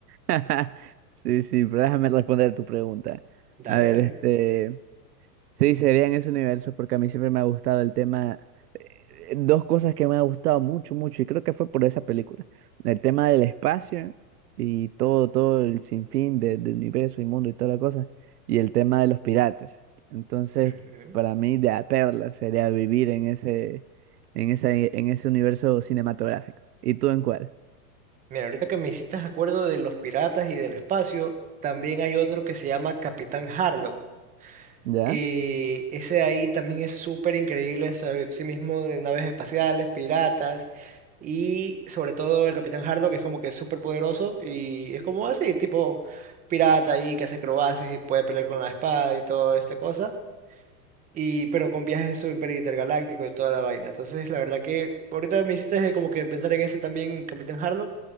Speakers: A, on the right; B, on the right.
A: <laughs> Sí, sí, pero déjame responder tu pregunta.
B: Dale,
A: A ver,
B: dale.
A: este. Sí, sería en ese universo porque a mí siempre me ha gustado el tema, eh, dos cosas que me ha gustado mucho, mucho, y creo que fue por esa película, el tema del espacio y todo, todo el sinfín de, del universo y mundo y toda la cosa, y el tema de los piratas. Entonces,
B: Ujú.
A: para mí, de a perla sería vivir en ese, en ese, en ese universo cinematográfico. ¿Y tú en cuál?
B: Mira, ahorita que me hiciste acuerdo de los piratas y del espacio, también hay otro que se llama Capitán Harlock.
A: ¿Ya?
B: Y ese de ahí también es súper increíble sobre sí mismo de naves espaciales, piratas y sobre todo el Capitán Harlock que es como que es súper poderoso y es como así, tipo pirata ahí que hace acrobacias y puede pelear con la espada y toda esta cosa y pero con viajes super intergalácticos y toda la vaina. Entonces, la verdad que ahorita me hiciste como que pensar en ese también, Capitán Harlock,